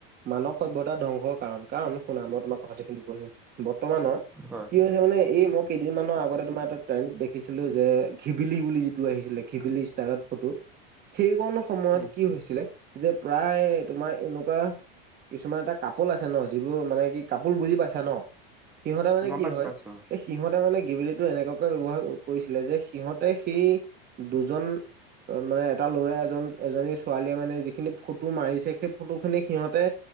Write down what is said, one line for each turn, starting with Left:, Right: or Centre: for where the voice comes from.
Right: মানৱ সভ্যতা ধ্বংসৰ কাৰণ। কাৰণ শুনা মই তোমাক কথাটো কিন্তু কৈছো বৰ্তমানৰ
Centre: হয়
Right: কি হৈছে মানে এই মই কেইদিন মানৰ আগতে তোমাৰ এটা ট্ৰেণ্ড দেখিছিলো যে ঘিবিলি বুলি যিটো আহিছিলে ঘিবিলিছ <unintelligible> ফটো সেইকন সময়ত
Centre: উম
Right: কি হৈছিলে যে প্ৰায় তোমাৰ এনোকুৱা কিছুমান এটা কাপোল আছে ন যিবোৰ মানে কি কাপোল বুজি পাইছা ন সিহঁতে মানে
Centre: গম
Right: কি
Centre: পাইছো
Right: হয়
Centre: পাইছো অ
Right: এ, সিহঁতে মানে গিবিলিটো এনেকুৱা কে ব্যৱহাৰ কৰিছিলে যে সিহঁতে সেই দুজন অ', মানে এটা ল'ৰা এজন, এজনী ছোৱালীয়ে মানে যিখিনি ফটো মাৰিছে সেই ফটোখিনি সিহঁতে